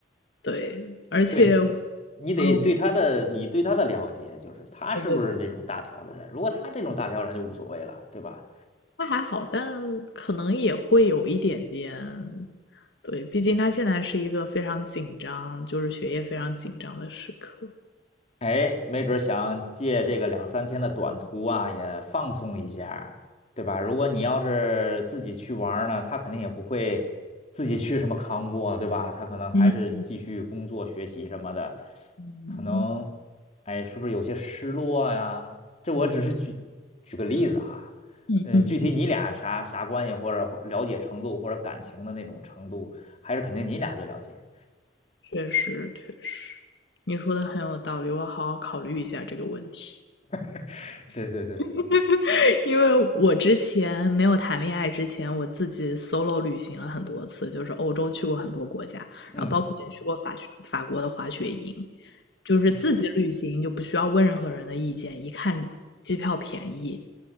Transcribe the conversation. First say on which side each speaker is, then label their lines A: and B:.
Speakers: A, on the left (about 75°); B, on the left (about 40°).
A: 对，而且
B: 对，你得对他的你对他的了解，
A: 呃，我
B: 就是他是不是这种大条的人，
A: 对对对，
B: 如果他这种大条人就无所谓了，对吧？
A: 他还好，但可能也会有一点点，对，毕竟他现在是一个非常紧张，就是学业非常紧张的时刻。
B: 哎，没准儿想借这个两三天的短途啊，也放松一下，对吧？如果你要是自己去玩儿呢，他肯定也不会自己去什么康过，对吧？他可能还是继续工作、
A: 嗯
B: 学习什么的，
A: 嗯
B: 可能，哎，是不是有些失落呀？这我只是举举个例子啊，
A: 嗯嗯，
B: 呃，具体你俩啥啥关系，或者或了解程度，或者感情的那种程度，还是肯定你俩最了解。
A: 确实，确实，你说的很有道理，我好好考虑一下这个问题。
B: <laughs> 对对对，
A: <laughs> 因为我之前没有谈恋爱之前，我自己 solo 旅行了很多次，就是欧洲去过很多国家，
B: 嗯。
A: 然后包括也去过法学法国的滑雪营，就是自己旅行就不需要问任何人的意见，
B: 嗯。
A: 一看机票便宜，